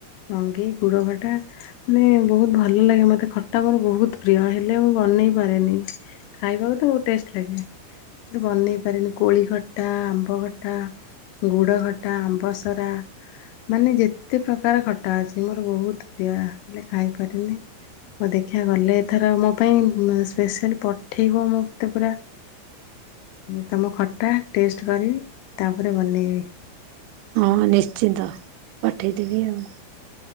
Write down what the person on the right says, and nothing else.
ହଁ ନିଶ୍ଚିତ ପଠେଇଦେବି ଆଉ।